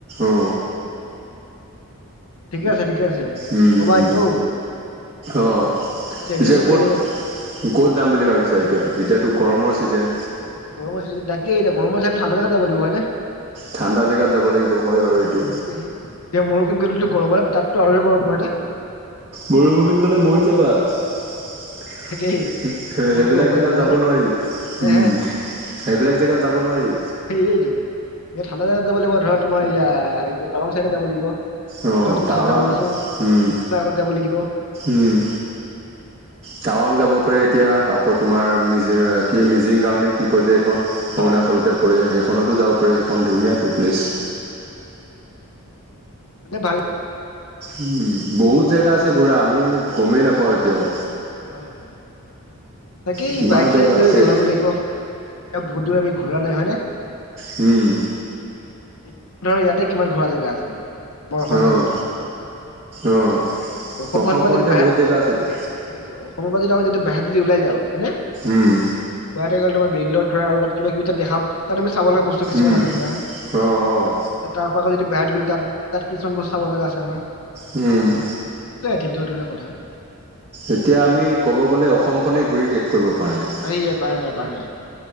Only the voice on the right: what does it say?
অ।
উম,
উম।
অ,
পিছে ক'ত
ক'ত যাম বুলি ভাবিছা এতিয়া এতিয়া? এইটো গৰমৰ ছিজন।
ঠাণ্ডা জেগাত যাব লাগিব হয় বাৰু এইটো
মৰুভূমিত গলে মৰি যাবা। সেইবিলাক
জেগাত
যাব নোৱাৰি।
উম, সেইবিলাক জেগাত যাব নোৱাৰি।
অ',
টাৱাং
উম,
উম, টাৱাং যাব পাৰে এতিয়া, আকৌ তোমাৰ মিজ কি মিজিং গাঁৱ কি কয় যে? এখন
অৰুণাচলতে
পৰে সেইখনতো যাব পাৰে। সেইখন ধুনীয়া টু প্লেচ।
উম, বহুত জেগা আছে ঘূৰা আমি গমেই নাপাওঁ এতিয়াও।
কিমান
জেগা
আছে
হুম।
অঁ অঁ
অসমখনতে
বহুত জেগা আছেতো
উম
উম
অঁ অঁ
উম।
এতিয়া আমি ক'ব গ'লে অসমখনেই ঘূৰি শেষ কৰিব পৰা নাই